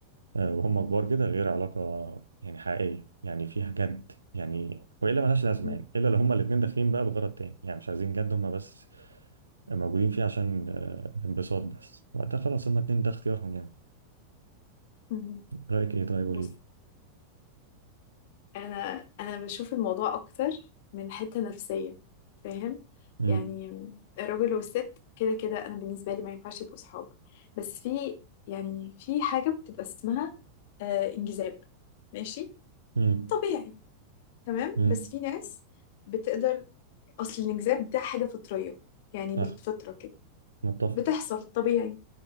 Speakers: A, on the right; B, on the left.
A: آه وهم كبار كده غير علاقه يعني حقيقيه يعني فيها جد يعني والا ملهاش لازمه
B: مم.
A: يعني الا لو هما الاتنين داخلين بقى بغرض تاني يعني مش عايزين جد هما بس موجودين فيه عشان آه، الانبساط بس وقتها خلاص هما اتنين ده اختيارهم يعني
B: مم.
A: رأيك ايه طيب قولي
B: بص
A: لي
B: انا انا بشوف الموضوع اكتر من حتة نفسية فاهم
A: امم
B: يعني الراجل والست كده كده انا بالنسبة لي ما ينفعش يبقوا صحاب بس في يعني في حاجة بتبقى اسمها آه انجذاب ماشي
A: امم
B: طبيعي تمام
A: امم
B: بس في ناس بتقدر اصل الانجذاب ده حاجة فطرية يعني
A: صح
B: بالفطرة كده
A: متفق
B: بتحصل طبيعي